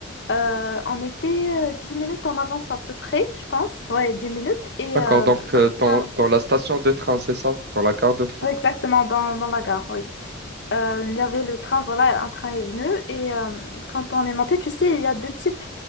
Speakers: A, on the left (about 55°); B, on the right (about 50°).
A: euh, on était euh, 10 minutes en avance à peu près, je pense, ouais, 10 minutes, et...
B: D'accord.
A: euh,
B: Donc,
A: un
B: euh, dans,
A: train-
B: dans la station de train, c'est ça? Dans la gare de train.
A: ouais, exactement, dans, dans la gare, oui. Euh, il y avait le train, voilà, un train est venu. Et euh, quand on est monté, tu sais, il y a deux types